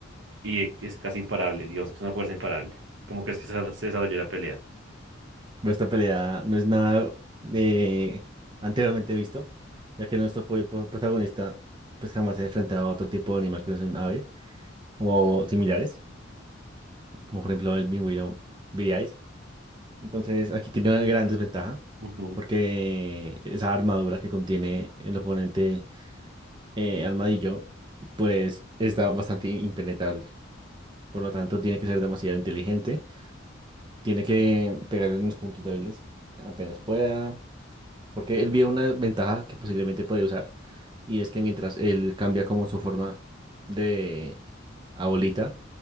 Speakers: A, on the right; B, on the right.
A: y e- es casi imparable, digamos que es una fuerza imparable. ¿Cómo crees que se, se desarrolló la pelea?
B: Pero Esta pelea no es nada eh, anteriormente visto, ya que nuestro pollo pro- protagonista pues jamás se ha enfrentado a otro tipo de animal que no sea un ave o similares, como por ejemplo el pingüino viriáis. Entonces aquí tiene una gran desventaja,
A: Ujú.
B: porque esa armadura que contiene el oponente eh, armadillo pues está bastante impenetrable. Por lo tanto, tiene que ser demasiado inteligente, tiene que pegarle en los puntos débiles apenas pueda Porque él vio una ventaja que posiblemente puede usar. Y es que mientras él cambia como su forma de a bolita